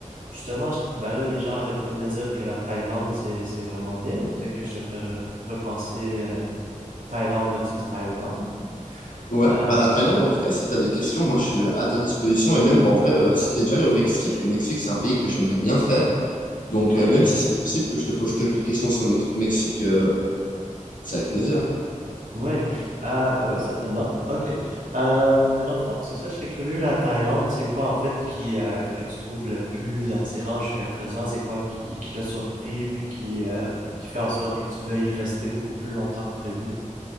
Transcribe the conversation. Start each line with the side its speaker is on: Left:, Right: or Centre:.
Right: justement, je- ben là, les gens arrêtent pas de me dire que la Thaïlande, c'est, c'est vraiment bien. Donc peut-être que je devrais re- repenser euh, Thaïlande versus Taïwan. Mais,
Left: Ouais,
Right: Euh,
Left: bah la Thaïlande, en tout cas, si t'as des questions, moi, je suis à ta disposition. Et même, bah, en vrai, euh, si t'es déjà allé au Mexique, le Mexique, c'est un pays que j'aimerais bien faire. Donc,
Right: oui,
Left: euh, même si c'est possible que je te pose quelques questions sur le Mex- Mexique, euh, c'est avec plaisir.
Right: Ouais, ah bah oui, certainement. Ok. Euh, mais dans le fond, c'est ça, je serais curieux, la Thaïlande, c'est quoi en fait qui euh, que tu trouves le plus attirant jusqu'à présent? C'est quoi qui, qui t'a surpris puis qui, euh, qui fait en sorte que tu veuilles y rester beaucoup plus longtemps que prévu?